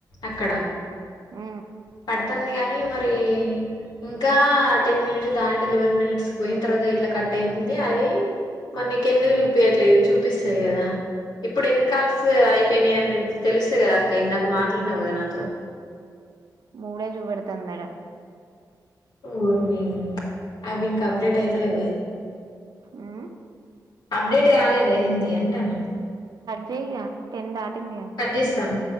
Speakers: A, on the left (about 85°); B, on the right (about 65°).
A: అక్కడ
B: ఆ
A: పడుతుంది కాగానీ మరి ఇంకా టెన్ మినిట్స్ దాట్ ఎలివెన్ మినిట్స్ పోయిన తర్వాత ఇట్లా కట్ అయింది అది మనీ క ఎన్నికు చూపయట్లేదు చూ ప్పిసయదా ఇప్పుడు ఎన్ని కాల్స్ అయిపోయినాయి అన్న తెలుసే కదా అక్క ఇందాక మాట్లాడినవు కదా నాతో
B: మూడే చూపడుతుందాడు
A: గుర్నింగ్ అవి ఇంకా అప్డేట్ అవుతలేవ
B: హ్మ్
A: అప్డేట్ కాలేదు అయ్యింది అంటాను
B: చేయ టెన్ ఆటం
A: చేస్తాను